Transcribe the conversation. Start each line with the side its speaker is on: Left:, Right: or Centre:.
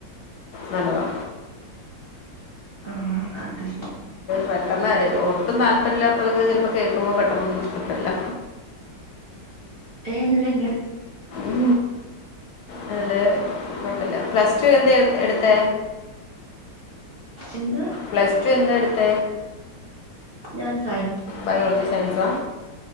Left: നല്ലതാ
Right: ആ അതെ
Left: പെട്ടെന്ന് ഒട്ടും താല്പര്യമില്ലാത്തവക്ക് ചിലപ്പോ കേൾക്കുമ്പോ പെട്ടെന്നൊന്നും ഇഷ്ടപ്പെടില്ല
Right: ഇല്ലല്ല
Left: ഉ നല്ല കുഴപ്പില്ല പ്ലസ് ടു എന്താ എടുത്ത
Right: എന്താ
Left: പ്ലസ് ടു എന്താ എടുത്ത
Right: ഞാൻ സയൻസ്
Left: ബയോളജി സയൻസാ